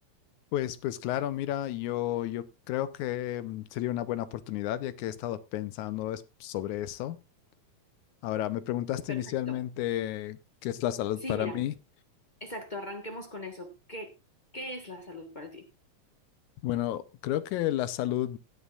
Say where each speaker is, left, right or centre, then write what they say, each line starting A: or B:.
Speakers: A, on the left; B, on the left.
A: Pues, pues claro, mira, yo, yo creo que mm, sería una buena oportunidad ya que he estado pensando es- sobre eso. Ahora, me preguntaste
B: Perfecto.
A: inicialmente qué es la salud
B: Sí,
A: para
B: mira.
A: mí.
B: Exacto, arranquemos con eso. ¿Qué, qué es la salud para ti?
A: Bueno, creo que la salud